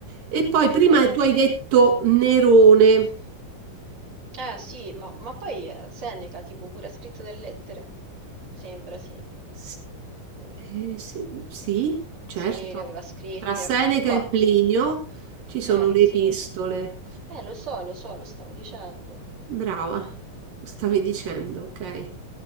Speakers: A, on the right; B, on the right.
A: E poi prima
B: Eh,
A: tu hai detto Nerone.
B: eh sì, ma, ma poi eh, Seneca tipo pure ha scritto delle lettere. Mi sembra, sì.
A: S-
B: Boh.
A: eh, sì, sì, certo.
B: Sì, le aveva scritte.
A: Tra Seneca
B: Che cosa?
A: e Plinio ci sono
B: Eh,
A: le
B: sì.
A: epistole.
B: Eh, lo so, lo so, lo stavo dicendo.
A: Brava, stavi dicendo, ok.